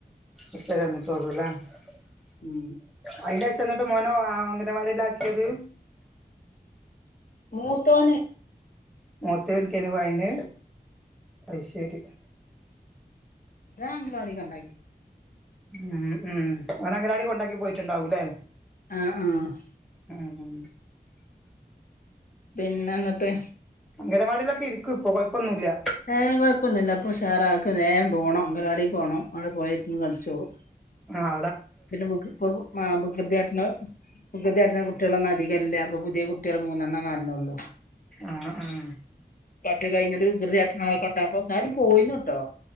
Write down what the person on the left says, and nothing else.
ഉം
മൂത്തോന്ന്
<inaudible> അങ്ങനവാടിൽ കെണ്ടാക്കി
ആഹ ആഹ
പിന്നെ എന്നിട്ട്
ഏ കൊഴപ്പൊന്നും ഇല്ല ഇപ്പൊ ഉഷാറ ആൾക്ക് വേഗം പോകണം അഗനവാടി പോകണം അവിടെ പോയിരുന്ന് കളിച്ചോളും
പിന്നെ ഇപ്പൊ കുസൃതിയായിട്ടുണ്ടാവും കുസൃതിയാ കുട്ടികളൊന്നും അധികമില്ല അപ്പൊ പുതിയ കുട്ടികൾ മൂന്നെണ്ണം നാലെണ്ണം ഉള്ളൂ
പറ്റു കഴിഞ്ഞത് <unintelligible> അപ്പൊ എന്നാലും പോയിന്നു കേട്ടോ